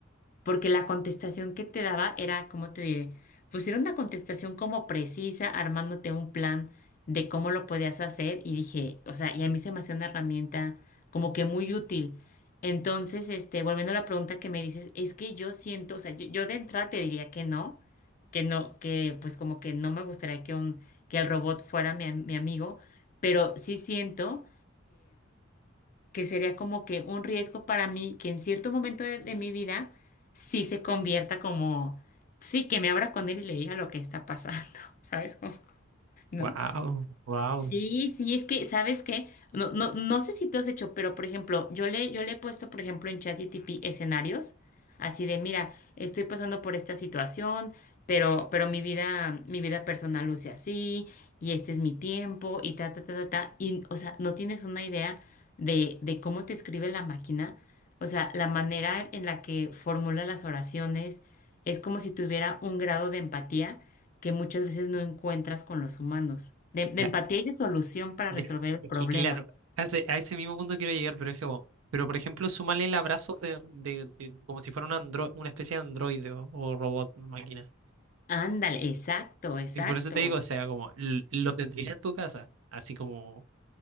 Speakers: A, on the left (about 40°); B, on the right (about 85°).
A: porque la contestación que te daba era, cómo te diré? Pues era una contestación como precisa, armándote un plan de cómo lo podías hacer y dije, o sea, y a mí se me hacía una herramienta como que muy útil. Entonces, este, volviendo a la pregunta que me dices, es que yo siento, o sea, yo, yo de entrada te diría que no, que no, que pues como que no me gustaría que un, que el robot fuera mi, am- mi amigo, pero sí siento que sería como que un riesgo para mí que en cierto momento de, de mi vida sí se convierta como, sí, que me abra con él y le diga lo que está pasando, <laughs> ¿sabes? Como, ¿no?
B: Wow, wow.
A: Sí, sí, es que, ¿sabes qué? No, no, no sé si tú has hecho, pero por ejemplo, yo le, yo le he puesto, por ejemplo, en ChatGPT escenarios, así de, mira, estoy pasando por esta situación, pero, pero mi vida, mi vida personal luce así, y este es mi tiempo, y ta, ta, ta, ta, ta. Y, o sea, no tienes una idea de, de cómo te escribe la máquina, o sea, la manera en la que formula las oraciones, es como si tuviera un grado de empatía que muchas veces no encuentras con los humanos, de, de
B: Ya,
A: empatía y de solución para
B: ya.
A: resolver el
B: Es
A: problema.
B: que claro, a ese, a ese mismo punto quiero llegar, pero es que, bueno, pero por ejemplo, súmale el abrazo de, de, de- como si fuera un andro, una especie de androide o, o robot, máquina.
A: Ándale, exacto, exacto.
B: Y por eso te digo, o sea, como l- lo tendrías en tu casa, así como,